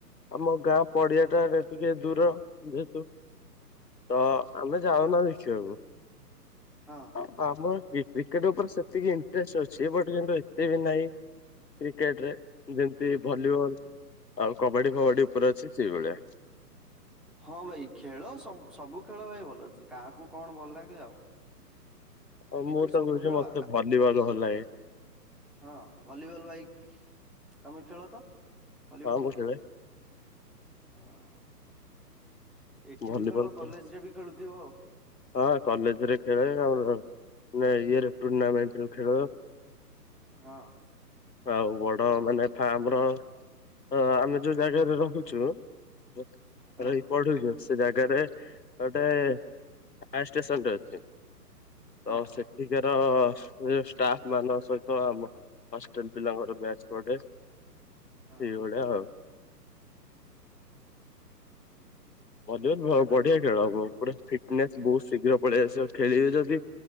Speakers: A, on the left; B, in the centre.
A: ଆମ ଗାଁ ପଡିଆ ଟାରେ ଟିକେ ଦୂର ଯେହେତୁ ତ ଆମେ ଯାଉନା ଦେଖିବାକୁ।
B: ହଁ
A: <unintelligible> ଏ କ୍ରିକେଟ ଉପରେ ସେ ଟିକେ ଇଣ୍ଟରେଷ୍ଟ ଅଛି ବଟ୍ ନାହିଁ କ୍ରିକେଟରେ ଯେମିତି ଭଲିବଲ ଆଉ କ କବାଡି ଫବାଡି ଉପରେ ଅଛି ସେଇଭଳିଆ।
B: ହଁ ଭାଇ ଖେଳ ସବୁ ସବୁ ଖେଳ ଭାଇ ଭଲ ଅଛି କାହାକୁ କଣ ଭଲ ଲାଗେ ଆଉ।
A: ଆଉ
B: କିନ୍ତୁ
A: ମୁଁ ତ
B: ସବୁ
A: କହୁଛି
B: ଖେଳ
A: ମତେ ଭଲିବଲ ଭଲ ଲାଗେ
B: ହଁ ଭଲିବଲ ଭାଇ ତମେ ଖେଳ ତ ଭଲିବଲ
A: ହଁ ମୁଁ ଖେଳେ
B: ହଁ ଏଠି
A: ଭଲିବଲ
B: ବି ଖେଳ କଲେଜ
A: ଖେଳେ।
B: ରେ ବି ଖେଳୁଥିବ ଆଉ।
A: ହଁ କଲେଜ ରେ ଖେଳେ ଆଉ ଇଏ ଟୁର୍ଣାମେଣ୍ଟ ରେ ଖେଳେ
B: ହଁ।
A: ଆଉ ବଡ ମାନେ ଫାମର ଆମେ ଯୋଉ ଜାଗାରେ ରହୁଚୁ <unintelligible>
B: ହଁ
A: ରହି ପଢୁଚୁ। ସେ ଜାଗାରେ ଗୋଟେ ଫାୟାର ଷ୍ଟେସନ ଟେ ଅଛି।
B: ହଁ
A: ତ ସେଠିକାର ଷ୍ଟାଫ ମାନଙ୍କ ସହିତ ଆମ ହଷ୍ଟେଲ ପିଲାଙ୍କର ମ୍ୟାଚ୍ ପଡେ। ସେଇ
B: ହଁ
A: ଭଳିଆ ଆଉ। ଭଲିବଲ
B: ତାହେଲେ
A: ବଢିଆ ଖେଳ ହବ ପୁରା ଫିଟନେସ୍ ବହୁତ ଶୀଘ୍ର ପଳେଇଆସିବେ ଖେଳିବେ ଯଦି